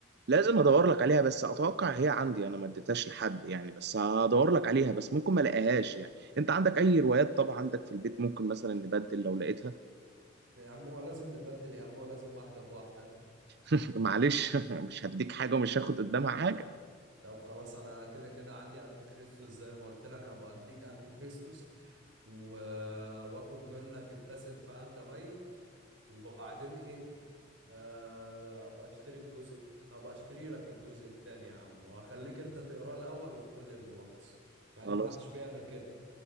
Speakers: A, on the right; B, on the right.
A: لازم ادور لك عليها بس اتوقع هي عندي انا ما اديتهاش لحد يعني بس هدور لك عليها بس ممكن ما الاقيهاش يعني انت عندك اي روايات طبعا عندك في البيت ممكن مثلا نبدل لو لقيتها
B: يا عم هو لازم نبدل يا عم هو لازم واحدة بواحدة
A: <laughs> معلش <laughs> مش هديك حاجه ومش هاخد قدامها حاجه
B: طب خلاص أنا كده كده عندي أنتي خريستوس زي ما قلت لك هبقى أديك أنتي خريستوس و... وآخد منك ابتسم فأنت ميت وبعدين إيه آه، أبقى أشتري الجزء الت- أبقى أشتري لك الجزء التاني يا عم وهخليك أنت تقراه الأول وتقول لي الملخص مع
A: خلاص
B: إنه محدش بيعمل كده